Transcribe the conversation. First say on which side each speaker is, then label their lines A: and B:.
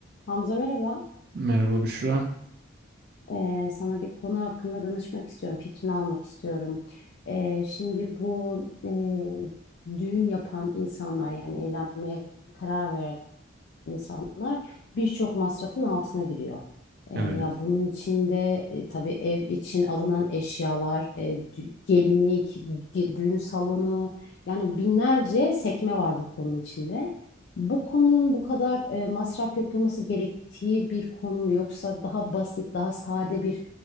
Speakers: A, on the left; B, on the right.
A: Hamza merhaba.
B: Merhaba Büşra.
A: Ee, sana bir konu hakkında danışmak istiyorum. Fikrini almak istiyorum. Ee, şimdi bu e, düğün yapan insanlar yani evlenmeye karar veren insanlar birçok masrafın altına giriyor. E,
B: Evet.
A: ya bunun içinde e, tabii ev için alınan eşyalar, e, dü- gelinlik, dü- düğün salonu yani binlerce sekme var bu konunun içinde. Bu konunun bu kadar e, masraf yapılması gerektiği bir konu mu yoksa daha basit, daha sade bir